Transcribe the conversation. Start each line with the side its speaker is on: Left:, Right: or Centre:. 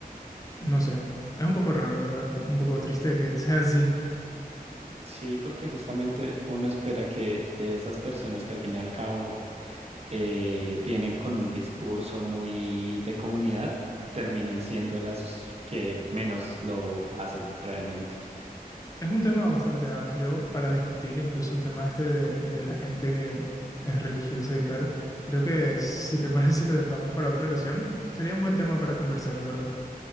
Left: No sé, es un poco raro, la verdad, un poco triste que <laughs> sea así.
Right: Sí, porque justamente uno espera que de esas personas que al fin y al cabo eh, vienen con un discurso muy de comunidad, terminen siendo las que menos lo hacen realmente.
Left: Es un tema bastante amplio para discutir, incluso el tema este de, de la gente que es religiosa y tal. Creo que si te <laughs> parece lo dejamos para otra ocasión. Sería un buen tema para conversar, la verdad.